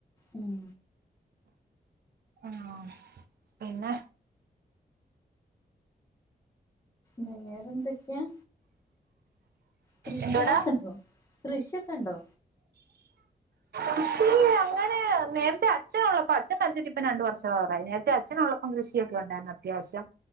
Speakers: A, on the left; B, on the right.
A: ഉം
B: ആ പിന്നെ
A: വേറെന്തൊക്കെയാ കൃഷികളൊക്കെ
B: എന്തുവാടാ
A: ഉണ്ടോ? കൃഷിയൊക്കെ ഉണ്ടോ?
B: കൃഷി അങ്ങനെ നേരത്തെ അച്ഛനുള്ളള്ളപ്പം അച്ഛൻ മരിച്ചിട്ട് ഇപ്പ രണ്ടു വർഷംആവാറായി നേരത്തെ അച്ഛനള്ളപ്പം കൃഷിയൊക്കെ ഉണ്ടായിരുന്നു അത്യാവശ്യം